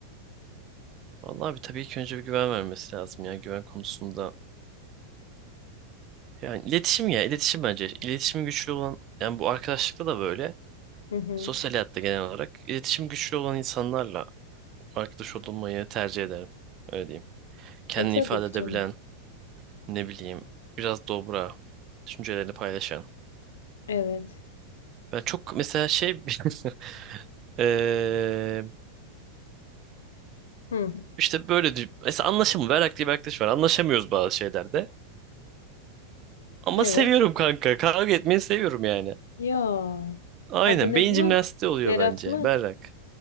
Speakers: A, on the right; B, on the left.
A: Vallahi bir tabii ilk önce bir güven vermesi lazım ya güven konusunda. Yani iletişim ya iletişim bence. İletişimi güçlü olan yani bu arkadaşlıkta da böyle.
B: Hı hı.
A: Sosyal hayatta genel olarak iletişim güçlü olan insanlarla arkadaş olmayı tercih ederim. Öyle diyeyim. kendini
B: E tabii
A: ifade
B: ki
A: edebilen,
B: canım.
A: ne bileyim, biraz dobra, düşüncelerini paylaşan.
B: Evet.
A: Ben çok mesela şey <laughs> eee,
B: Hı.
A: işte böyle dü- mesela anlaşım Berrak diye bir arkadaş var. Anlaşamıyoruz bazı şeylerde. Ama
B: Evet.
A: seviyorum kanka. Kavga etmeyi seviyorum yani.
B: Ya.
A: Aynen.
B: Adı ne
A: Beyin
B: bunun?
A: jimnastiği oluyor
B: Berat
A: bence.
B: mı?
A: Berrak.